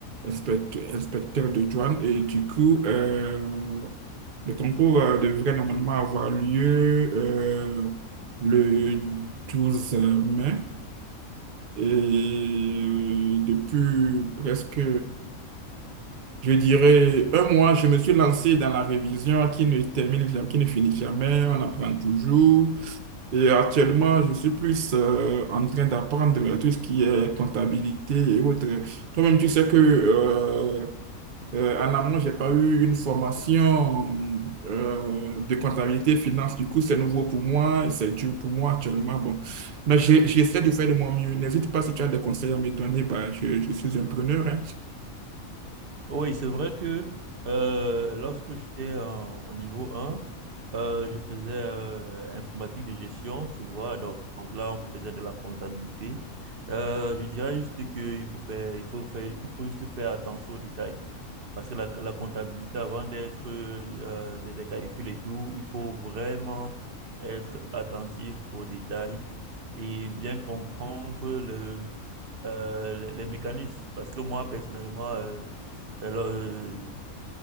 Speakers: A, on the right (about 65°); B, on the right (about 45°).
A: inspect- inspecteur de douane. Et du coup, euh, le concours euh, devrait normalement avoir lieu euh, le 12 mai. Et euh, depuis presque, je dirais, un mois, je me suis lancé dans la révision qui ne termine jamais, qui ne finit jamais. On apprend toujours. Et actuellement, je suis plus euh, en train d'apprendre tout ce qui est comptabilité et autres. Toi-même, tu sais que euh, euh, en amont, j'ai pas eu une formation euh, de comptabilité finance. Du coup, c'est nouveau pour moi, c'est dur pour moi actuellement. Bon, mais j'ai- j'essaie de faire de mon mieux. N'hésite pas si tu as des conseils à me donner. Bah, je, je suis un preneur. hein.
B: Oui, c'est vrai que euh, lorsque j'étais en, en niveau 1, euh, je faisais euh, informatique de gestion, tu vois. Donc, donc là, on faisait de la comptabilité. Euh, je dirais juste qu'il faut faire, il faut faire, il faut juste faire attention aux détails. Parce que la, la comptabilité, avant d'être euh, des, des calculs et tout, il faut vraiment être attentif aux détails et bien comprendre le, euh, les, les mécanismes. Parce que moi, personnellement, euh, alors, euh,